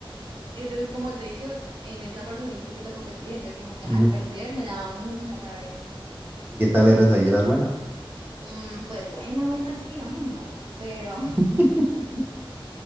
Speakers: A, on the right; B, on the right.
A: entonces como te he dicho, en esa parte soy un poquito competitiva, entonces como que
B: Ujú.
A: al perder me daba mucha rabia.
B: ¿Y ¿Qué tal eras ahí? ¿Eras buena?
A: Mm, pues buena, buena, así que digamos no, pero
B: <laughs>